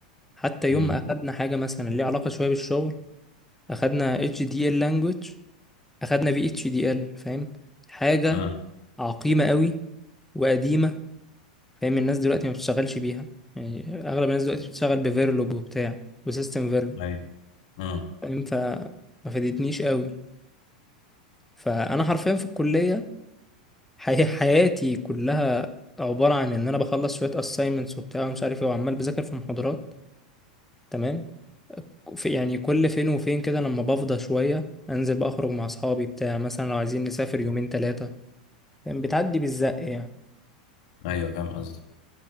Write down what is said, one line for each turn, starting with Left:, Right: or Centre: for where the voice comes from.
Centre: حتى
Left: امم
Centre: يوم ما اخدنا حاجه مثلا ليها علاقه شويه بالشغل اخدنا اتش دي ال language، اخدنا في اتش دي ال فاهم حاجه
Left: اه
Centre: عقيمه قوي وقديمه فاهم الناس دلوقتي ما بتشتغلش بيها يعني اغلب الناس دلوقتي بتشتغل بفيرلوج وبتاع وسيستم فيرلوج
Left: ايوه اه
Centre: فاهم فما فادتنيش قوي فانا حرفيا في الكليه حي حياتي كلها عباره عن ان انا بخلص شويه assignments وبتاع ومش عارف ايه وعمال بذاكر في محاضرات تمام في يعني كل فين وفين كده لما بفضى شويه انزل بقى اخرج مع اصحابي بتاع مثلا لو عايزين نسافر يومين ثلاثه فاهم؟ بتعدي بالزق يعني
Left: ايوه فاهم قصدك